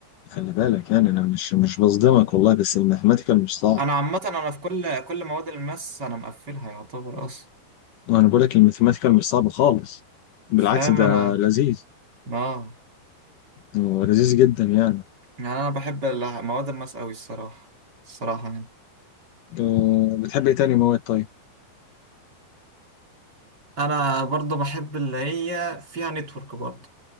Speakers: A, on the left; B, on the right.
A: خلي بالك يعني أنا مش مش بصدمك والله بس الماثيماتيكال مش صعب
B: أنا عامة أنا في كل كل مواد الماس أنا مقفلها يعتبر أصلا
A: وأنا بقول لك الماثيماتيكال مش صعب خالص بالعكس
B: فاهم
A: ده
B: أنا
A: لذيذ
B: آه
A: ولذيذ جدا يعني
B: يعني أنا بحب ال- مواد الماس أوي الصراحة الصراحة يعني
A: أه، بتحب إيه تاني مواد طيب؟
B: أنا برضه بحب اللي هي فيها نتورك برضه